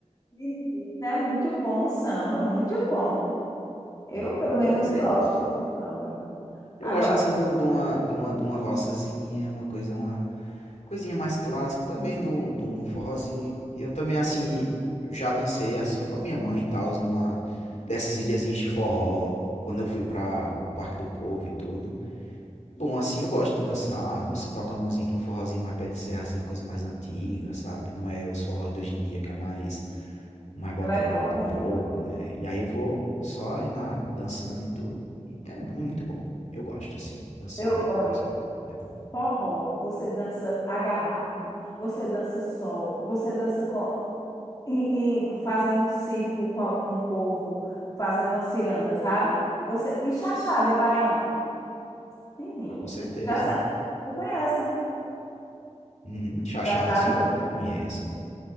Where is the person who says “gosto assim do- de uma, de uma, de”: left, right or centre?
Left